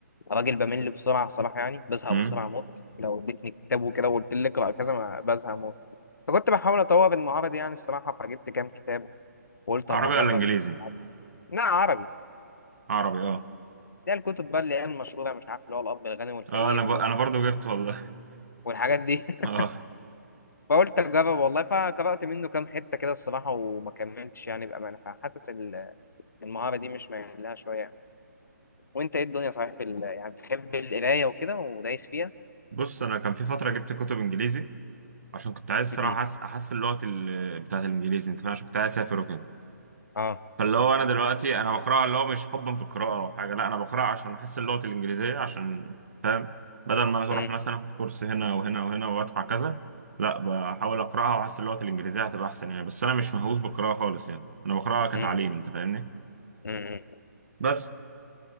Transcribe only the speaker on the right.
امم
عربي
ولا انجليزي
عربي اه
اه انا ب...
انا برضو جبت والله
<laughs> اه
بص انا كان في فترة جبت كتب انجليزي عشان كنت عايز
صراحة أحس- احسن لغة ال... بتاعت الانجليزي انت فاهم عشان كنت عايز اسافر وكده
فاللي هو انا دلوقتي انا بقراها اللي هو مش حبا في القراءه او حاجه لا انا بقراها عشان احس اللغه الانجليزيه عشان فاهم بدل ما انا
اروح مثلا اخد كورس هنا وهنا وهنا وادفع كذا لا بحاول اقراها واحس اللغه الانجليزيه هتبقى احسن يعني بس انا مش مهووس بالقراءه خالص يعني انا بقراها كتعليم
انت فاهمني
بس